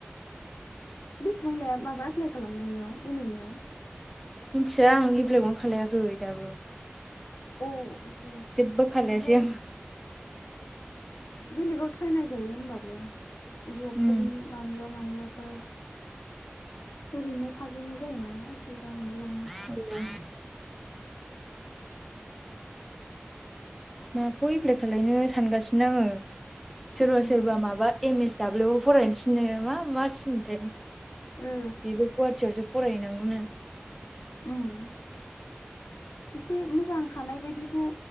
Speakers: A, on the left; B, in the centre.
A: बेसबां लाया माबा एप्लाइ खालामनायनियाव एम ए नियाव
B: मिथिया आं एफ्लायखौनो खालायाखै दाबो
A: औ सरि
B: जेबो खालायासै
A: ओमफ्राय
B: आं
A: बेलेगाव ट्रायनाय जायो होनबाबो जबफोरनि
B: उम
A: मानिबा मानिबाफोर ओरैनो थाद्रायनाय जायोना उसुबिदा मोनलायलाङो
B: <unintelligible> माखौ एप्लाइ खालायनो सानगासिनो आङो सोरबा
A: उम
B: सोरबा माबा एम एस दाब्लिउआवबो फरायनो थिनो मा मा थिनो थाय
A: ओ
B: बेबो गुवाहाटियावसो फराय हैनांगौ नो
A: उम एसे मोजां हानाय बायदिखौ